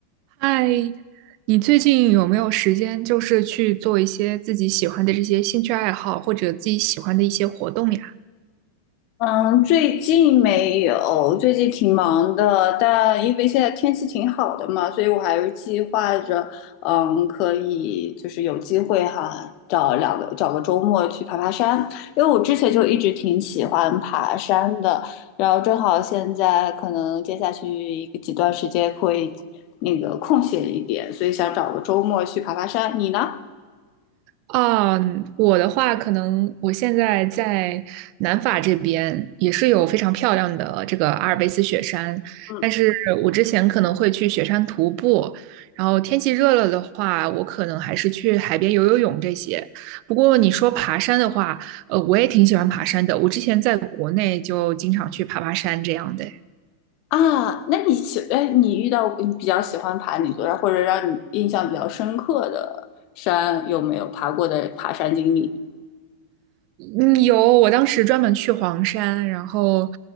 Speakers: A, on the right (about 45°); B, on the left (about 40°).
A: 嗨，你最近有没有时间，就是去做一些自己喜欢的这些兴趣爱好，或者自己喜欢的一些活动呀？
B: 嗯，最近没有，最近挺忙的，但因为现在天气挺好的嘛，所以我还是计划着，嗯，可以就是有机会哈，找两个找个周末去爬爬山，因为我之前就一直挺喜欢爬山的，然后正好现在可能接下去一个几段时间会那个空闲一点，所以想找个周末去爬爬山。你呢？
A: 啊，我的话，可能我现在在南法这边也是有非常漂亮的这个阿尔卑斯雪山，
B: 嗯。
A: 但是我之前可能会去雪山徒步，然后天气热了的话，我可能还是去海边游游泳这些。不过你说爬山的话，呃，我也挺喜欢爬山的，我之前在国内就经常去爬爬山这样的。
B: 啊，那你喜，哎，你遇到你比较喜欢爬哪座山，或者让你印象比较深刻的山，有没有爬过的爬山经历？
A: 嗯，有，我当时专门去黄山，然后，